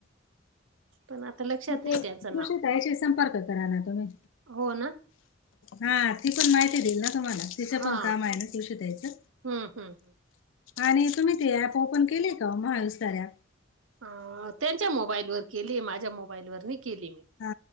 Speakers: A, on the right; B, on the left.
A: पण आता लक्षात
B: मग
A: नाही
B: ते
A: त्यांचं
B: कृषीताईशी
A: नाव
B: संपर्क करा ना तुम्ही.
A: हो ना.
B: हा ती पण माहिती देईल ना तुम्हाला तिचं
A: हा
B: पण काम आहे ना कृषी त द्यायचं.
A: हम्म हम् हम.
B: आणि तुम्ही ते ऍप ओपन केलेय का मुस्तारप
A: अ त्यांच्या मोबाईल वर केली माझ्या मोबाईल वरती नाही केली मी.
B: हा